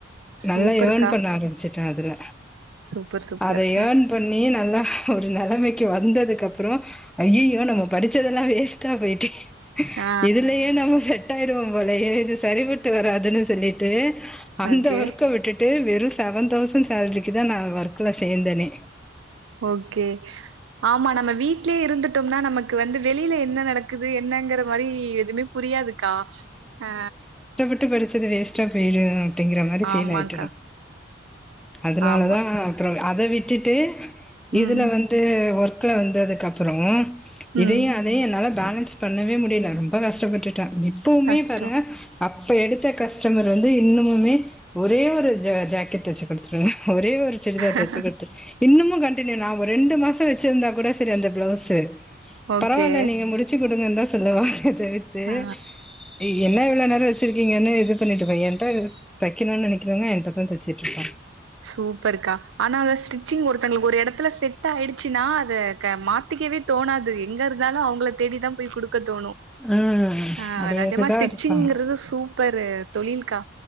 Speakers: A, on the right; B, in the centre.
A: சூப்பர்க்கா.
B: நல்லா யேன் பண்ண ஆரம்பிச்சுட்டே அதுல
A: சூப்பர், சூப்பர்.
B: அத யேன் பண்ணி நல்லா ஒரு நெலமைக்கு வந்ததுக்கப்புறோ ஐயையோ நம்ம படிச்சதெல்லா வேஸ்ட்டா போய்டே
A: ஆ
B: இதுலயே நம்ம செட் ஆய்டுவோ போலயே இது சரிபட்டு வராதுனு சொல்லிட்டு அந்த
A: ஓகே.
B: ஒர்க்க விட்டுட்டு வெறு செவன் தௌசண் சால்ரிக்குதா நா ஒர்க்குல சேந்தனே
A: ஓகே ஆமா நம்ம வீட்லே இருந்துட்டோம்னா நமக்கு வந்து வெளில என்ன நடக்குது என்னங்கிற மாரி எதுமே புரியாதுக்கா ஆ
B: ட்டு படிச்சது வேஸ்டா போயிடு அப்படிங்கற மாரி பீல்
A: ஆமாங்க்கா.
B: ஆய்ட்டு எனக்கு அதனாலதா
A: ஆமா.
B: அப்புறோ அத விட்டுட்டு இதுல
A: ம்.
B: வந் து ஒர்க்க வந்ததுக்கு அப்புறோ இதையு
A: ம்.
B: அதையு என்னால பேலன்ஸ் பண்ணவே முடில ரொம்ப கஷ்டப்பட்டுடே ஜிப் இப்பவுமே
A: கஷ்டம்.
B: பாருங்க அப்ப எடுத்த கஷ் டமர் வந்து இன்னமுமே ஒரே ஒரு ஜ ஜாக்கெட் தெச்சு குட்த்ருங்க ஒரே ஒரு சுடிதார்
A: ஆ.
B: தெச்சு குத்துரு இன்னமு கண்டினியூ நா ஒரு ரெண்டு மாசோ வெச்சிருந்தா கூட செரி அந்த ப்ளவுஸு
A: ஓகே.
B: பரவால்ல நீங்க முடிச் தெச்சு குடுங்கன்தா சொல்லுவாங்க தவிர்த்து
A: ஆ.
B: எ என்ன இவ்ளோ நேரோ வெச்சிருக்கீங்கன்னு இது பண்ணிட்டு <unintelligible> தெக்கணுன் நெனைகிறவங்க என்கிட்டதா தெச்சிட்ருப்பாங்க
A: சூப்பருக்கா ஆனா அந்த ஸ்டிச்சிங் ஒருத்தங்களுக்கு ஒரு எடத்துல செட் ஆயிடுச்சுன்னா அத க மாத்திக்கிவே தோணாது எங்க இருந்தாலு அவங்கள தேடி தா போய் குடுக் க்க தோணு
B: ம்
A: ஆ
B: அதேதா
A: நெஜமா ஸ்டிச்சிங்றது
B: இருப்பாங்க
A: சூப்பரு தொழில்கா